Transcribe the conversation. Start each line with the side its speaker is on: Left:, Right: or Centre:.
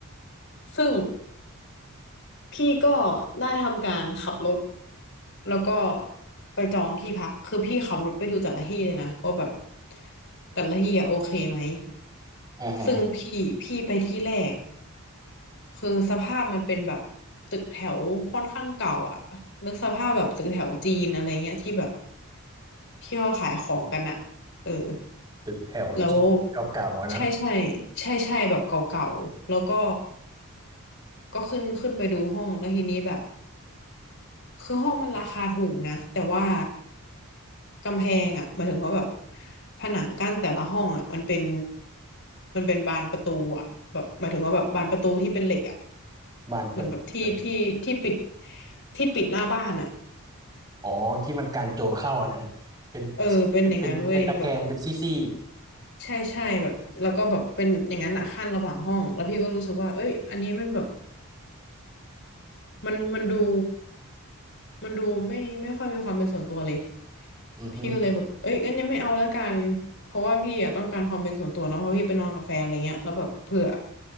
Left: ซึ่ง พี่ก็ได้ทำการขับรถแล้วก็ไปจองที่พักคือพี่ขับรถไปดูแต่ละที่เลยนะว่าแบบแต่ละที่อะโอเคไหม
Right: อ่าฮะ
Left: ซึ่งพี่พี่ไปที่แรกคือสภาพมันเป็นแบบตึกแถวค่อนข้างเก่าอ่ะนึกสภาพแบบตึกแถวจีนอะไรเงี้ยที่แบบที่เขาขายของกันอะเออ
Right: ตึกแถวจีเก่าๆอะนะ
Left: แล้วใช่ใช่ใช่ใช่แบบเก่าๆแล้วก็ ก็ขึ้นขึ้นไปดูห้องแล้วทีนี้แบบคือห้องมันราคาถูกนะแต่ว่ากำแพงอ่ะหมายถึงว่าแบบผนังกั้นแต่ละห้องอ่ะมันเป็นมันเป็นบานประตูอ่ะแบบหมายถึงว่าแบบบานประตูที่เป็นเหล็กอ่ะ
Right: บ้านประตู
Left: เหมือนแบบที่ที่ที่ปิดที่ปิดหน้าบ้านอ่ะ
Right: อ๋อที่มันกันโจรเข้าอะนะเป็น
Left: เออเป็นอย่างนั้นเว้ยแบบ
Right: เป็นเป็นเป็นตะแกรงเป็นซี่
Left: ใช่ใช่แบบแล้วก็แบบเป็นอย่างนั้นอ่ะขั้นระหว่างห้องแล้วพี่ก็รู้สึกว่าเอ้ยอันนี้แม่งแบบ มันมันดูมันดูไม่ไม่ค่อยมีความเป็นส่วนตัวเลย
Right: ๆอือฮึ
Left: พี่ก็เลยแบบเอ้ยงั้นยังไม่เอาแล้วกันเพราะว่าพี่อะต้องการความเป็นส่วนตัวเนาะเพราะพี่ไปนอนกับแฟนอะไรเงี้ยแล้วแบบเผื่อ